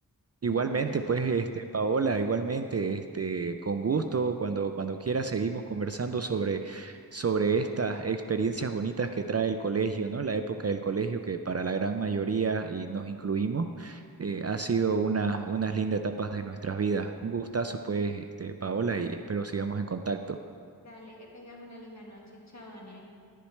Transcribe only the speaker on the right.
Igualmente,
pues, este, Paola, igualmente, este, con gusto, cuando, cuando quieras seguimos conversando sobre, sobre estas experiencias bonitas que trae el colegio, ¿no? La época del colegio que para la gran mayoría, y nos incluimos, eh, ha sido una, unas lindas etapas de nuestras vidas. Un gustazo, pues, este, Paola, y espero sigamos en contacto.